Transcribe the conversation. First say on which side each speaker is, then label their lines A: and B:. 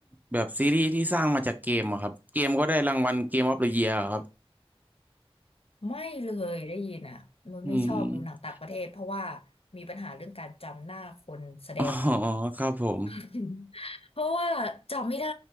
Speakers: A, on the right; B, on the left.
A: แบบซีรีส์ที่สร้างมาจากเกมอะครับเกมก็ได้รางวัลเกมออฟเดอะเยียร์ครับ
B: ไม่เลยได้ยินอ่ะนุชไม่ชอบดูหนังต่างประเทศเพราะว่า
A: อืม
B: มีปัญหาเรื่องการจำหน้าคนแสดงอ่ะ
A: อ๋อครับผม
B: <laughs> เพราะว่าจำไม่ได้